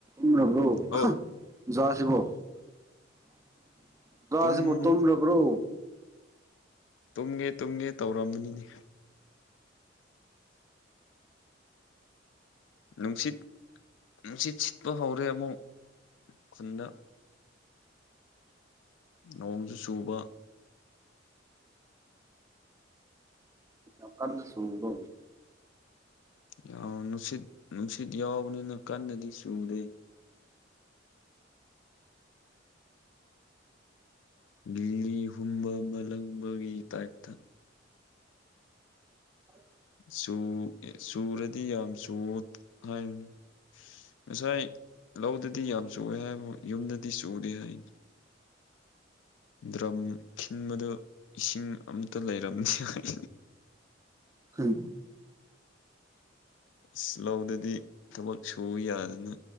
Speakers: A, on the right (about 15°); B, on the left (about 75°).
A: ꯎ <unintelligible> ꯅꯕ꯭ꯔꯣ <unintelligible>
B: ꯑꯣ
A: ꯆꯥꯁꯤꯕ <unintelligible> ꯖꯥꯁꯤꯕꯨ
B: ꯇꯨꯝ
A: ꯇꯨꯝꯂꯕ꯭ꯔꯣ
B: ꯇꯨꯝꯒꯦ ꯇꯨꯝꯒꯦ ꯇꯧꯔꯝꯕꯅꯤꯅꯦ ꯅꯨꯡꯁꯤꯠ ꯅꯨꯡꯁꯤꯠ ꯁꯤꯠꯄ ꯍꯧꯔꯦ ꯑꯃꯨꯛ ꯈꯨꯟꯗ ꯅꯣꯡꯁꯨ ꯆꯨꯕ
A: ꯌꯥꯝ ꯀꯟꯅ ꯆꯨꯕ꯭ꯔꯣ
B: ꯌꯥꯎ ꯅꯨꯡꯁꯤꯠ ꯅꯨꯡꯁꯤꯠ ꯌꯥꯎꯕꯅꯤꯅ ꯀꯟꯅꯗꯤ ꯆꯨꯗꯦ ꯂꯤꯂꯤ ꯍꯨꯝꯕ ꯃꯥꯂꯪꯕꯒꯤ ꯇꯥꯏꯞꯇ
A: <unintelligible>
B: ꯆꯨ ꯆꯨꯔꯗꯤ ꯌꯥꯝ ꯆꯨꯋꯣ ꯍꯥꯏꯕꯅꯤ ꯉꯁꯥꯏ ꯂꯧꯗꯗꯤ ꯌꯥꯝ ꯆꯨꯌꯦ ꯍꯥꯏꯕꯨ ꯌꯨꯝꯗꯗꯤ ꯆꯨꯗꯦ ꯍꯥꯏꯅꯦ ꯗ꯭ꯔꯝ ꯈꯤꯟꯕꯗꯨ ꯏꯁꯤꯡ ꯑꯝꯇ ꯂꯩꯔꯝꯗꯦ ꯍꯥꯏ
A: ꯍꯝ <unintelligible>
B: ꯑꯁ ꯂꯧꯗꯗꯤ ꯊꯕꯛ ꯁꯨ ꯌꯥꯗꯅ